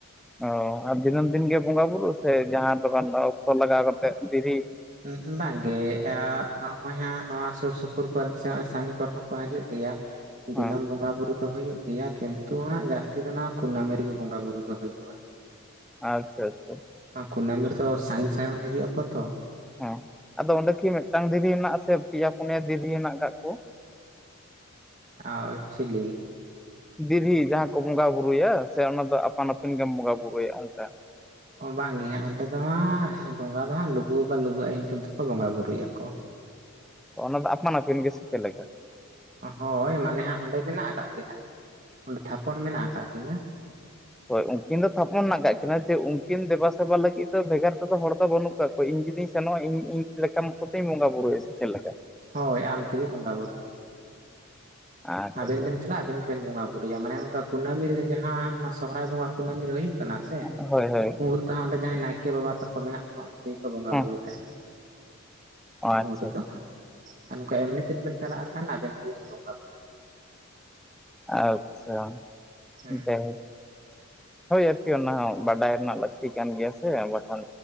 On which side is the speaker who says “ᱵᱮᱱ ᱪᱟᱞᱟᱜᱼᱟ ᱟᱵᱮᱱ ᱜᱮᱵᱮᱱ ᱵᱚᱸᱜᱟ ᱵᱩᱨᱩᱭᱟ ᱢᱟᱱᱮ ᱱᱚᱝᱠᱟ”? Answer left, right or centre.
Right